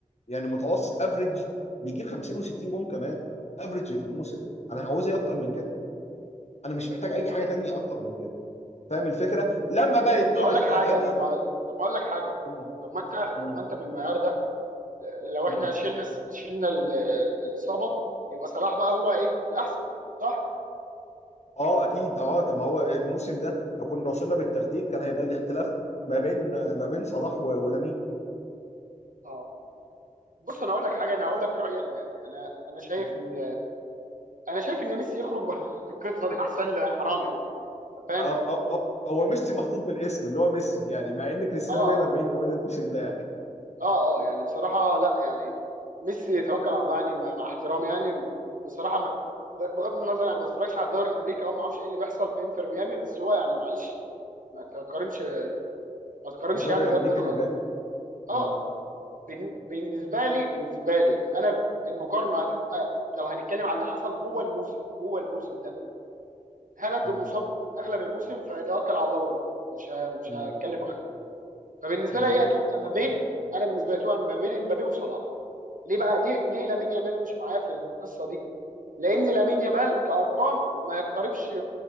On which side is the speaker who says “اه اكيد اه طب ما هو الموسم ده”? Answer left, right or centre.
Left